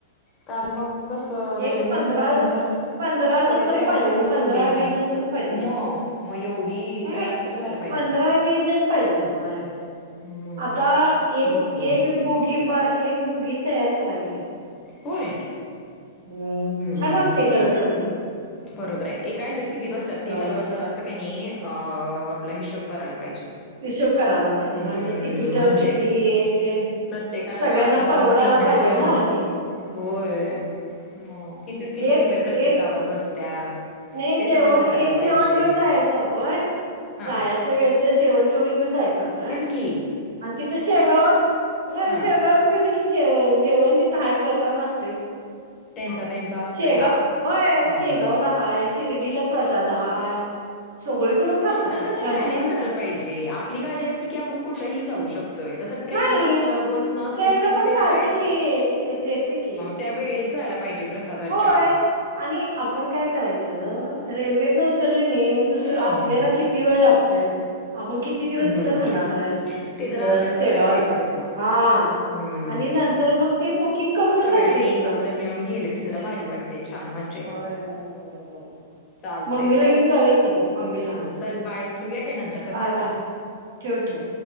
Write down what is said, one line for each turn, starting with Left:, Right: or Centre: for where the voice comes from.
Left: कारण मग कस, रेल्वे
Right: एक
Left: म्हंटल्यानंतर
Right: पंधरा पंधरा
Left: थोडे
Right: जण तरी
Left: तयार
Right: पाहिजे
Left: झाली,
Right: बघ
Left: थोडे
Right: पंधरा
Left: नाही,
Right: वीस जण तरी पाहिजे
Left: म म एवढी
Right: नाही
Left: तयार
Right: नाही
Left: तरी व्हाला पाहिे
Right: पंधरा वीस जण पाहिजे, व्हय व्हय.
Left: हम्म
Right: आता एक
Left: बघूया
Right: एक
Left: की.
Right: बुगी, ब एक बुगी तयार करायचीये.
Left: होय.
Right: हम्म छान
Left: हम्म
Right: वाटते
Left: किती
Right: खर तेवढीे.
Left: बरोबर आहे एका ह्याच्यात किती बसतात, ते
Right: अ
Left: सगळं जरासं कनी, अ आपला हिशोब करायला पाहिजे.
Right: हिशोब करायला पाहिजे
Left: हम्म
Right: आणि तिकीट
Left: म्हणजे,
Right: किती हे तेन
Left: प्रत्येकाला
Right: सगळ्यांना
Left: खाणं,
Right: परवडायला
Left: पिणं
Right: पाहिजे ना आणि
Left: होय. मग किती, किती
Right: एक
Left: रुपये, प्रत्येकावर
Right: एक
Left: बसत्यात.
Right: नाही
Left: ते
Right: जेवण,
Left: सगळं बघायला
Right: एक
Left: पाहिजे
Right: जेवण घेऊन जायचं आपण,
Left: हा.
Right: जायचं वेळचं जेवण तेवढं घेऊन जायचं, आपण
Left: तेच की
Right: आणि तिथं शेगावात होय
Left: हा
Right: शेगावात गेलं की जे जेवण तिथं हाय, प्रसाद असतेच.
Left: त्यांचा त्यांचा असतोय
Right: शेगाव
Left: ना
Right: होय,
Left: हम्म
Right: शेगाव ला. हाय, शिर्डीला प्रसाद हाय, सगळीकड प्रसाद
Left: खर
Right: आहे
Left: तस
Right: छान
Left: मॅनेज
Right: छान
Left: करायला पाहिजे, आपली गाडी असली की, आपण कुठेही जाऊ शकतोय, तस ट्रेन
Right: नाही
Left: न असलं बस न असल
Right: ट्रेन
Left: की तसं
Right: पण
Left: येतय
Right: चालते की येते येते की येते
Left: त्या
Right: येते
Left: वळीच झाला पाहिजे प्रसादाच्या
Right: होय आणि आपण काय करायचं रेल्वेत न उतरले नाही दुसरं आपल्याला
Left: हम्म
Right: किती वेळ लागतोय आपण किती दिवस तिथं
Left: बरोबर
Right: राहणार
Left: आहे ते
Right: तिथं
Left: जरा अभ्यास
Right: शेगावात
Left: करायला पाहिजे त्याचा
Right: हा
Left: हम्म
Right: आणि नंतर मग ते बुकिंग करूनच
Left: सगळ्यांनी
Right: जायचं इथनं
Left: एकत्र मिळून गेले ि जरा भारी वाटते छान मजा
Right: होय होय होय होय.
Left: चालतल
Right: मम्मीला घेऊन जाऊया की मम्मीला
Left: चल बाय ठेवया काय नंतर करते
Right: बाय
Left: आता
Right: बाय ठेव ठेव